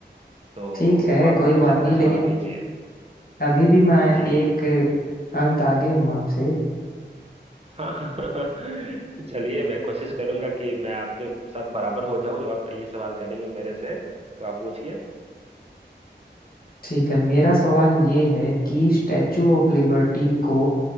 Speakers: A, on the right; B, on the left.
A: तो
B: ठीक है
A: अब आप
B: कोई
A: मेरे
B: बात
A: से अगला
B: नहीं लेकिन
A: सवाल कीजिए
B: अभी भी मैं
A: जी
B: एक अंक आगे हूँ आपसे
A: हाँ <laughs> चलिए मैं कोशिश करूंगा कि मैं आपके साथ बराबर हो जाऊं जब आप ये सवाल करेंगे मेरे से तो आप पूछिए
B: ठीक है मेरा सवाल ये है कि स्टैचू ऑफ लिबर्टी को